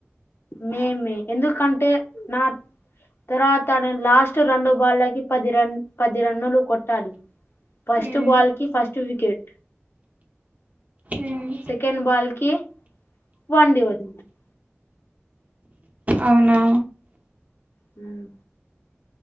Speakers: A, on the left (about 55°); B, on the right (about 35°).
A: మేమే ఎందుకంటే నా తర్వాత లాస్ట్ రెండు బాళ్ళకి పది రన్ పది రన్నులు కొట్టాలి ఫస్ట్
B: మ్మ్
A: బాల్ కి ఫస్ట్ వికెట్
B: మ్మ్
A: సెకండ్ బాల్ కి వన్ డి <unintelligible>
B: అవునా
A: హ్మ్